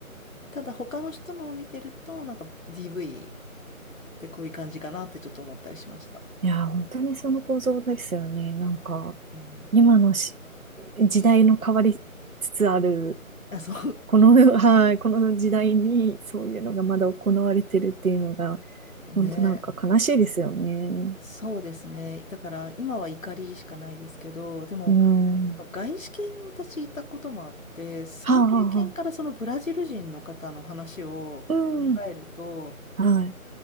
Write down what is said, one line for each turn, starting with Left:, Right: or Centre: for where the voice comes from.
Left: ただ他の人のを見てると、なんか DV ってこういう感じかなってちょっと思ったりしました。
Right: いやー、本当にその構造ですよね。なんか、
Left: うん。
Right: 今のし時代の変わりつつある、
Left: あ、そ
Right: この、<laughs> はい、この時代にそういうのがまだ行われてるっていうのが、
Left: う。<laughs>
Right: 本当なんか悲しいですよね。
Left: ね。そうですね。だから今は怒りしかないですけど、でも、
Right: うん。
Left: 外資系に私いたこともあって、その経験からそのブラジル人の方の話を考えると、
Right: はあ、はあ、はあ。うん。はい。